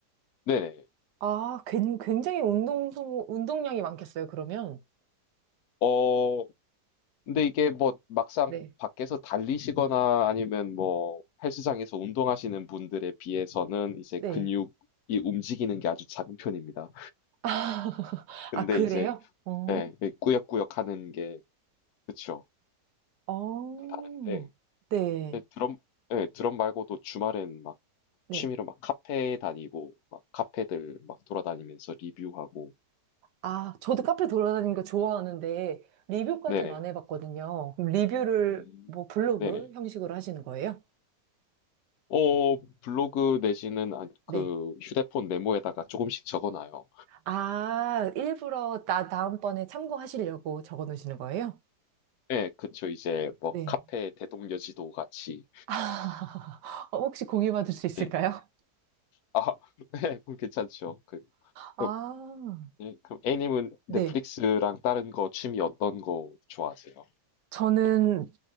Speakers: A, on the left; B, on the right.
A: 네네.
B: 아, 굉- 굉장히 운동 소모, 운동량이 많겠어요, 그러면?
A: 어 근데 이게 뭐 막상
B: 네.
A: 밖에서 달리시거나 아니면 뭐 헬스장에서 운동하시는 분들에 비해서는 이제
B: 네.
A: 근육이 움직이는 게 아주 작은 편입니다.
B: 아, <laughs>
A: 근데
B: 아, 그래요?
A: 이제
B: 어,
A: 예, 예, 꾸역꾸역 하는 게 그쵸.
B: 어,
A: 다른데
B: 네,
A: 근데 드럼 예, 드럼 말고도 주말엔 막
B: 네.
A: 취미로 막 카페 다니고 막 카페들 막 돌아다니면서 리뷰하고
B: 아, 저도 카페 돌아다니는 거 좋아하는데, 리뷰까지는
A: 네네.
B: 안 해봤거든요. 그럼 리뷰를
A: 음.
B: 뭐 블로그
A: 네네.
B: 형식으로 하시는 거예요?
A: 어, 블로그 내지는 안-
B: 네.
A: 그 휴대폰 메모에다가 조금씩 적어놔요.
B: 아, 일부러 나 다음번에 참고하시려고 적어 놓으시는 거예요?
A: 예, 그쵸. 이제 뭐
B: 네.
A: 카페 대동여지도 같이.
B: 아, <laughs> 혹시 공유 받을 수 있을까요?
A: 예. 아, <laughs> 예, 그럼 괜찮죠. 그,
B: 아,
A: 그, 예, 그럼 A님은
B: 네.
A: 넷플릭스랑 다른 거 취미 어떤 거 좋아하세요?
B: 저는
A: 활동 같은.